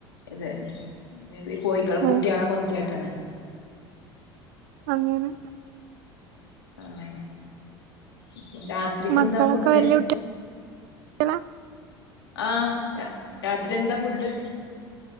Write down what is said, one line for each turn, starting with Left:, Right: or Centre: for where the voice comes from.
Left: ഇതെ ഇത് കോഴിക്കള
Right: ആ
Left: കുട്ടികളെ കൊത്തിയാട്ടാണ്
Right: അങ്ങനെ
Left: ആഹ് ഇപ്പോ രാത്രിക്ക്
Right: മക്കളൊക്കെ
Left: എന്താ ഫുഡ്
Right: വല്യ കുട്ടികളാ
Left: ആഹ് രാ രാത്രി എന്താ ഫുഡ്